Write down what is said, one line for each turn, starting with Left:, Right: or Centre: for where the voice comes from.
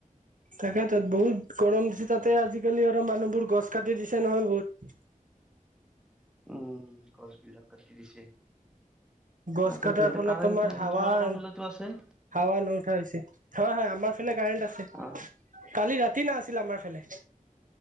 Right: তাকেতো তাত বহুত গৰম দিছে তাতে আজিকালি আৰু মানুহবোৰ গছ কাটি দিছে নহয় বহুত।
Centre: উম' গছবিলাক কাতি দিছে।
Right: গছ
Centre: আকৌ
Right: কটাৰ
Centre: ত' এতিয়া
Right: ফলত
Centre: কাৰেণ্টটো
Right: তোমাৰ হাৱা
Centre: তোমালোকৰ ফালেটো আছে।
Right: হাৱা নু উঠা হৈছে হয় হয় আমাৰ ফালে কাৰেণ্ট আছে
Centre: আহ
Right: কালি ৰাতি নাছিল আমাৰ ফালে